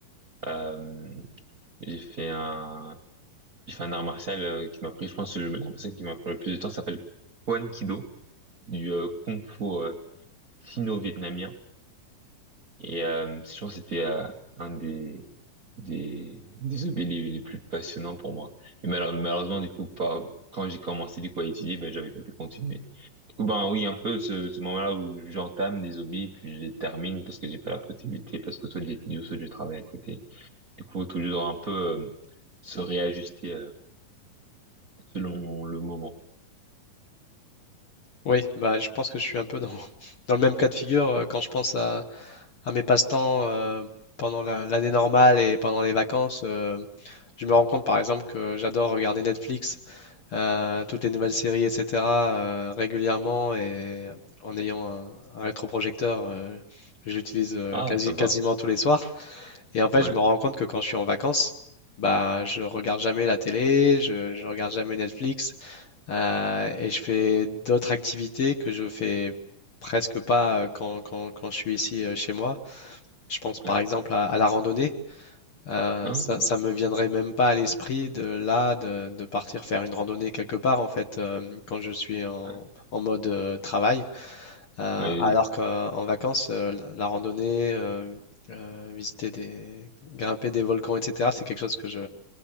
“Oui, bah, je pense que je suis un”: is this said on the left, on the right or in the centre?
Left